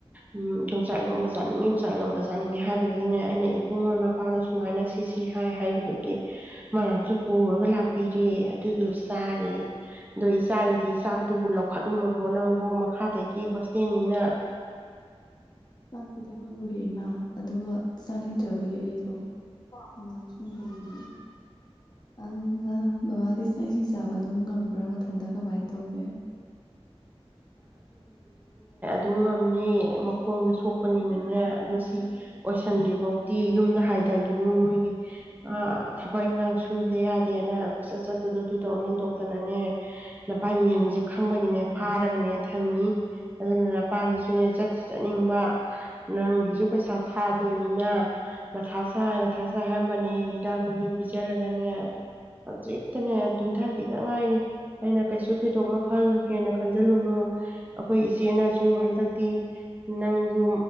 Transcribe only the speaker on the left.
ꯆꯥꯛꯇ ꯂꯧꯈꯠꯂꯨꯔꯦ ꯏꯃꯥ ꯑꯗꯨꯒ ꯆꯥꯅꯤꯡꯗꯕꯒꯤ ꯑꯩꯗꯣ ꯉꯥꯛꯕꯅꯤ ꯑꯗꯨ ꯕꯕꯥꯗꯤ ꯆꯥꯛ ꯏꯁꯤꯡ ꯆꯥꯕ ꯑꯗꯨꯝ ꯉꯝꯕ꯭ꯔꯥ ꯃꯊꯟꯇ ꯀꯃꯥꯏꯅ ꯇꯧꯒꯦ